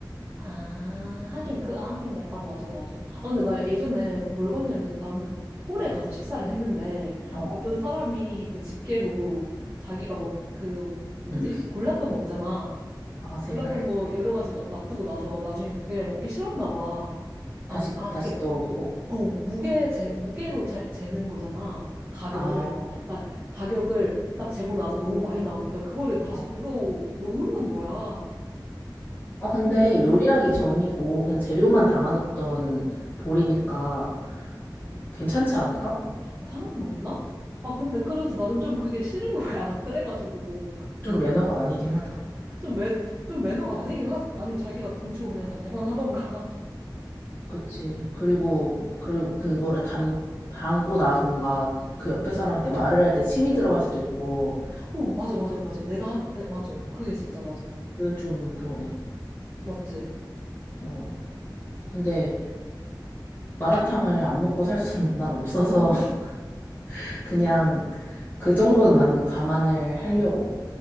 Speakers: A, on the right (about 30°); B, on the left (about 25°).
A: 아, 하긴, 그, 아, 하긴 약간 맞아, 맞아. 아, 근데 나 예전에 뭘 봤냐면 나는 홀에 가서 식사를 했는데
B: 어,
A: 어떤
B: 어.
A: 사람이 그 집게로 자기가 먹, 그, 뭐, 뭐지?
B: 음.
A: 골랐던 거 있잖아.
B: 아, 제발.
A: 골랐던 거 여러 가지 놔- 놔두고 나서 나중에 그게 먹기 싫었나 봐.
B: 다시,
A: 아, 그- 아 그게
B: 다시 떠오르고.
A: 어 무게 재, 무게로 재, 재는 거잖아 가격을.
B: 아,
A: 그러니까 가격을 딱 재고 나서 너무 많이 나오니까 그거를 다시
B: 아.
A: 도로 넣는 거야.
B: 아, 근데
A: 그래서
B: 요리하기 전이고 그냥 재료만 담아뒀던 볼이니까 괜찮지 않을까?
A: 아, 상관없나? 아 근데 그래서 나는 좀 그게 싫은 거야. <laughs> 그래가지고
B: 좀 매너가 아니긴 하다.
A: 좀 매, 좀 매너가 아니긴 하지. 아니면 자기가 돈 주고 그냥 다 계산하던가.
B: 그치. 그리고, 그리고 그거를 담, 담고 나서 뭔가 그 옆에 사람한테 말을 할 때 침이 들어갈 수도 있고,
A: <laughs> 오 맞아 맞아 맞아. 내가 한, 내, 맞아. 그게 진짜 맞아.
B: 그게 좀 그러네.
A: 맞지?
B: 어. 근데 마라탕을 안 먹고 살 수는 난 없어서 <laughs> 그냥 그 정도는 나는 감안을 하려고.